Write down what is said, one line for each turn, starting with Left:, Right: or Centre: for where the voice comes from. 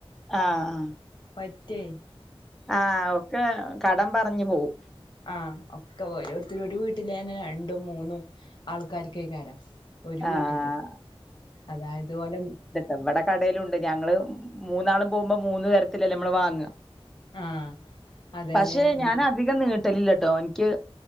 Centre: ആഹ്
Left: പറ്റ്യേ
Centre: ആഹ് ഒക്കെ കടം പർഞ്ഞ് പോവും
Left: ആഹ് ഒക്കെ ഓരോര്ത്തര് ഒരു വീട്ടിലെന്നെ രണ്ടും മൂന്നും ആൾക്കാര്ക്കേക്കാരം ഒര്
Centre: ആഹ്
Left: വീട്ടില് അതായത് ഓലെ
Centre: എവിടെ കടേലുണ്ട് ഞങ്ങള് മൂന്നാളും പോവുമ്പോ മൂന്ന് തരത്തിലല്ലേ നമ്മള് വാങ്ങ
Left: ആഹ് അതന്നെ
Centre: പക്ഷെ
Left: ഉം
Centre: ഞാന് അധികം നീട്ട് ലില്ലട്ടോ ഇൻക്ക്